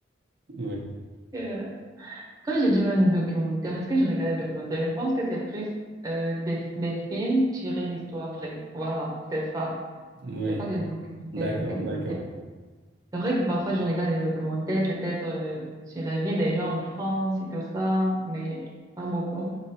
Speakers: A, on the right; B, on the right.
A: Oui,
B: Euh, Quand j'ai dit même documentaire, est-ce que je regardais des documentaires? Je pense que c'est plus euh, des, des films tirés d'histoires vraies. Voilà, c'est ça.
A: oui,
B: C'est pas des documentaires,
A: d'accord,
B: documentaires.
A: d'accord.
B: C'est vrai que parfois je regarde des documentaires, peut-être euh, sur la vie des gens en France et tout ça, mais pas beaucoup.